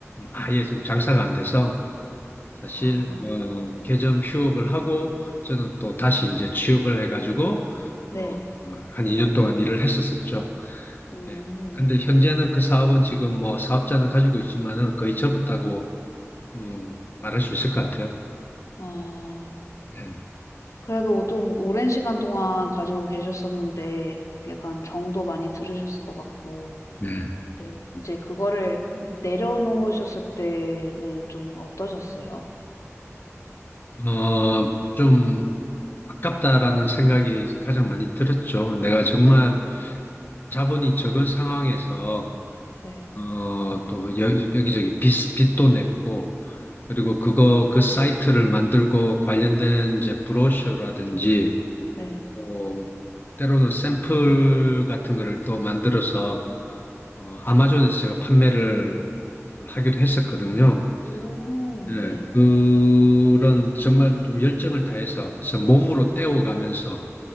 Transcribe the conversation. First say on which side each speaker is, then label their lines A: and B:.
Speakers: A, on the left; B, on the left.
A: 아예 지금 장사가 안 돼서, 사실
B: 아
A: 어, 개점 휴업을 하고 저는 또 다시 이제 취업을 해가지고
B: 네.
A: 어, 한 2년 동안 일을 했었었죠.
B: 음.
A: 예. 근데 현재는 그 사업은 지금 뭐 사업자는 가지고 있지만은 거의 접었다고 음, 말할 수 있을 것 같아요.
B: 어.
A: 예.
B: 그래도 좀 오랜 시간 동안 가지고 계셨었는데 약간 정도 많이 들으셨을 것 같고
A: 네.
B: 네. 인제 그거를 음 내려놓으셨을 때는 좀 어떠셨어요?
A: 어, 좀 아깝다라는 생각이 가장 많이 들었죠. 내가 정말 자본이 적은 상황에서
B: 네.
A: 어, 또 여, 여기저기 빚, 빚도 냈고, 그리고 그거,
B: 음
A: 그 사이트를 만들고 관련된 이제 브로셔라든지,
B: 네.
A: 뭐, 때로는 샘플 같은 거를 또 만들어서, 어, 아마존에서 제가 판매를 하기도 했었거든요.
B: 오
A: 예,
B: 네.
A: 그런 정말 좀 열정을 다해서, 그래서 몸으로 떼어가면서